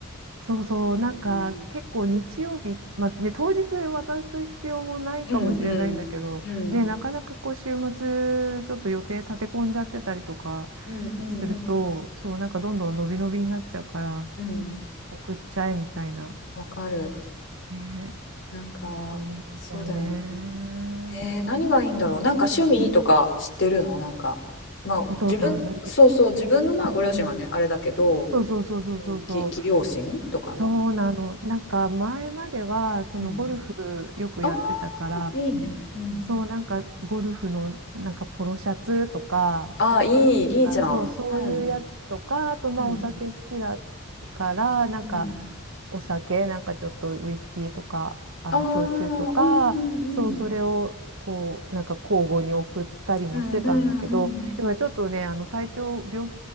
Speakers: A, on the right; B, on the left.
A: そうそう、なんか結構日曜日、
B: ね
A: まあね、当日渡す必要もないかもしれないんだけど、
B: うんうんうん
A: ね、なかなかこう週末ちょっと予定立て込んじゃってたりとか
B: うんうんうん
A: すると、そう、なんかどんどん伸び伸びになっちゃうから
B: うん
A: 送っちゃえみたいな。
B: わかる
A: ね、
B: なんかそうだよね
A: そうなんだよね。
B: えー何がいいんだろうなんか趣味とか知ってるのなんかまあ自分そうそう自分のまあご両親はねあれだけど
A: ねお父さん、うん、そうそうそうそうそうそう、
B: その義義両親とかの
A: そうなの。なんか前まではそのゴルフよくやってたから、
B: うんああーいいねうん
A: そう、なんかゴルフのなんかポロシャツとか、
B: ああーいいいいじゃんうん
A: あ、そう、そういうやつとか、あとまあお酒好きだ
B: うん
A: から、なんか
B: うん
A: お酒、なんかちょっとウイスキーとか、あの焼酎とか、
B: ああうんうん
A: そう、それをこう、なんか交互に送ったりもしてたんだけど、
B: うんうんうんうんうん
A: 今ちょっとね、あの体調、病